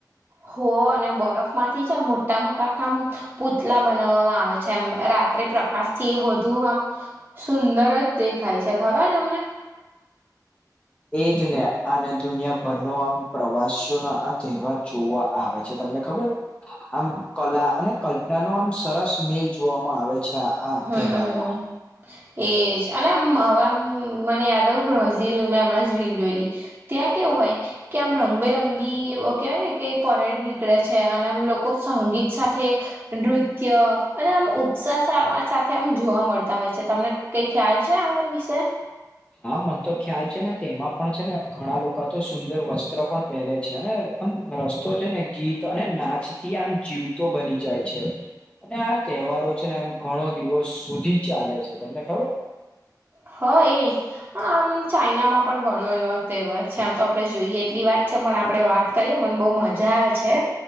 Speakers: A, on the right (about 30°); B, on the left (about 15°).
A: હો અને બરફમાંથી છે, મોટા મોટા ખામ પૂતલા બનાવવામાં આવે છે, આમ રાત્રે પ્રકાશથી વધુ આમ સુંદર જ દેખાય છે, ખબર તમને?
B: એ જ ને અને દુનિયાભરનો આમ પ્રવાસીઓનો આ તહેવાર જોવા આવે છે, તમને ખબર આમ કલા અને કલ્પનાનો આમ સરસ મેલ જોવામાં આવે છે, આ
A: હમ
B: તહેવારમાં
A: એજ અને આમ હવે આમ મને યાદ આવ <unintelligible> હમણાં જ રીલ જોયેલી ત્યાં કેવું હોય કે આમ રંગબેરંગબી કેહેવાય ને કે પરેડ નીકળે છે, અને આમ લોકો સંગીત સાથે નૃત્ય અને આમ ઉત્સા સાથે આમ જોવા મળતા હોય છે, તમને કઈ ખ્યાલ છે, આમાન વિશે?
B: હા, મન તો ખ્યાલ છે ને, તેમાં પણ છેને ઘણા લોકો તો સુંદર વસ્ત્ર પણ પહેરે છે, અને આમ રસ્તો છે ને, ગીત અને નાચથી આમ જીવતો બની જાય છે. અને આ તહેવારો છે ને, આમ ઘણો દિવસ સુધી ચાલે છે, તમને ખબર?
A: હ, એજ આમ ચાઈનામાં પણ ઘણો એવો તહેવાર છે, આમ તો આપણે જોઈએ એટલી વા પણ આપડે વાત કરીએ, મન બવ મજા આવે છે,